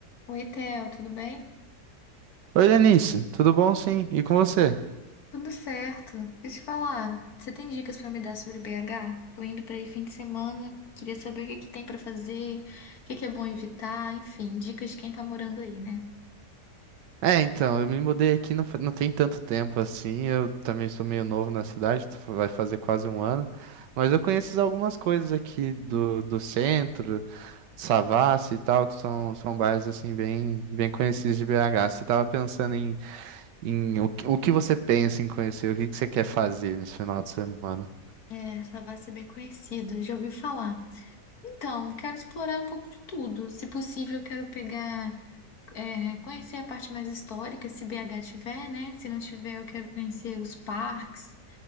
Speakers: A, on the left; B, on the right.
A: Oi, Theo, tudo bem?
B: Oi, Lenice, tudo bom sim? E com você?
A: Tudo certo. Deixa eu te falar, você tem dicas pra me dar sobre BH? Tô indo pra aí fim de semana, queria saber o que que tem pra fazer, o que que é bom evitar, enfim, dicas de quem tá morando aí, né?
B: É, então, eu me mudei aqui não, fa- não tem tanto tempo assim, eu também sou meio novo na cidade, tu- vai fazer quase um ano, mas eu conheço algumas coisas aqui do, do centro, Savassi e tal, que são, são bairros assim bem, bem conhecidos de BH. Você estava pensando em, em o, que- o que você pensa em conhecer, o que, que você quer fazer nesse final de semana?
A: É, Savassi é bem conhecido, já ouvi falar. Então, quero explorar um pouco de tudo. Se possível, eu quero pegar, é, conhecer a parte mais histórica, se BH tiver, né? Se não tiver, eu quero conhecer os parques,